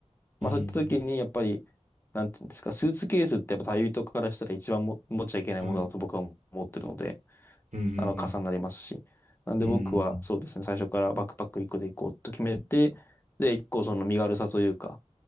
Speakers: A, on the left; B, on the right.
A: まあそういった時にやっぱり、
B: うん、
A: なんていうんですか、スーツケースってやっぱ旅人からしたら一番も持っちゃいけないものだと僕は思ってるので、
B: はい。うん、うん、
A: あの傘になりますし。なんで僕はそうですね、
B: うん、うん、うん。
A: 最初からバックパック1個で行こうと決めて、で、1個その身軽さというか、